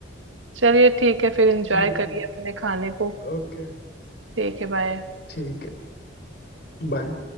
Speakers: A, on the right (about 80°); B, on the left (about 55°).
A: चलिए ठीक है फिर एंजॉय
B: ठीक है
A: करिए
B: जी
A: अपने खाने को
B: ओके
A: ठीक है बाय
B: ठीक है बाय